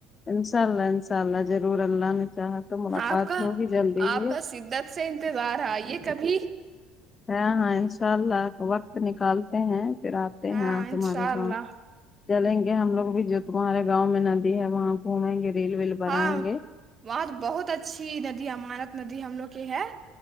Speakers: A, on the left; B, on the right.
A: انشاء اللہ انشاء اللہ ضرور اللہ نے چاہا تو ملاقات
B: آپ کا
A: ہوگی جلدی
B: آپ
A: ہی
B: کا شدت سے انتظار آئیے کبھی
A: ہے ہاں ان شاء اللہ وقت نکالتے ہیں پھر آتے
B: ہاں
A: ہیں
B: انشاء
A: تمہارے
B: اللہ
A: گاؤں چلیں گے ہم لوگ بھی جو تمہارے گاؤں میں ندی ہے وہاں گھومیں گے ریل ویل بنائیں
B: ہاں
A: گے
B: وہاں تو بہت اچھی ندی امانت ندی ہم لوگ کی ہے